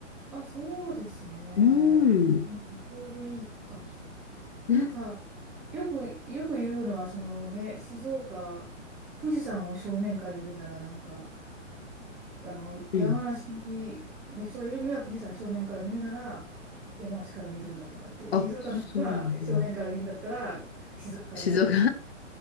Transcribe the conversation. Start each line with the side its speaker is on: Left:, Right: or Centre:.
Centre: あ、そうですね。
Left: うーん。
Centre: うんちょうどいいかもしれ
Left: ね。
Centre: ない。なんか、よく、よく言うのは、そのね、静岡、富士山を正面から見るなら、なんか、あの、山梨の人がいるには、
Left: うん。
Centre: 富士山正面から見るなら、山梨から見るんだとかって、
Left: あ、
Centre: 静岡の人は正面から見るんだったら、
Left: そうなんだ。
Centre: 静岡から見ろみたいな。
Left: 静岡